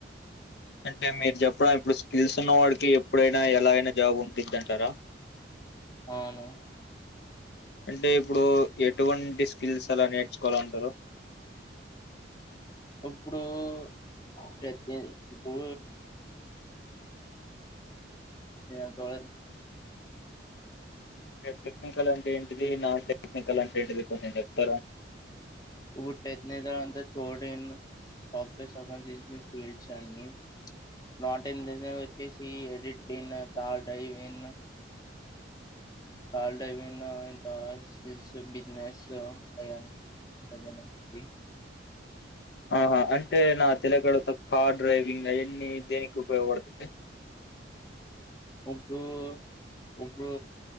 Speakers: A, on the left (about 60°); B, on the left (about 20°).
A: అంటే మీరు చెప్పండి ఇప్పుడు స్కిల్స్ ఉన్న వాడికి ఎప్పుడైనా ఎలా అయినా జాబ్ ఉంటుంది అంటారా.
B: అవును.
A: అంటే ఇప్పుడు ఎటువంటి స్కిల్స్ అలా నేర్చుకోవాలంటార.
B: ఇప్పుడు <unintelligible> ఇప్పుడూ <unintelligible> నీఘ్టపోలీ
A: టెక్నికల్ అంటే ఏంటిది నాన్ టెక్నికల్ అంటే ఏంటిది కొంచెం చెప్పారా
B: ఇప్పుడు టెక్నికల్ అంటే కొడింగ్. సాఫ్ట్వేర్ సంబంధించ్చి పిల్చ్చని. నా టిమ్ వచ్చేసి ఎడిటిన్ తల్ డైనిన్. కాల్ డైవిన్ ఆహ్ పాస్ బిజినెస్ ఆహ్ అవి అన్ని. సగం మంచికి.
A: ఆహా అంటే నాకు తెల్వక అడుగుతా కార్ డ్రైవింగ్ అవన్నీ దేనికి ఉపయోగవడ్తాయ్.
B: ఇప్పు ఇప్పుడు.